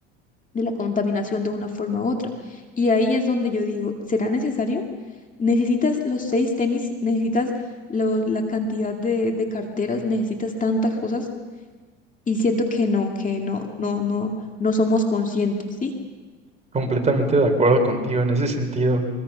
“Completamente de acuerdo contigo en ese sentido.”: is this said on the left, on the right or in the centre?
Right